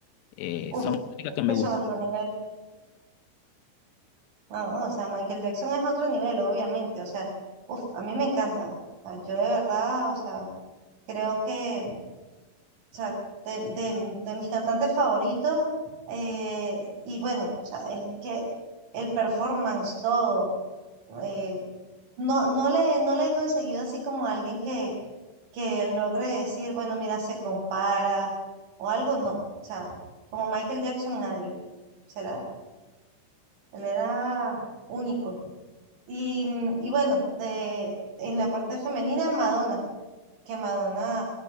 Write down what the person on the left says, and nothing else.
eh,
son músicas
que me
gustan.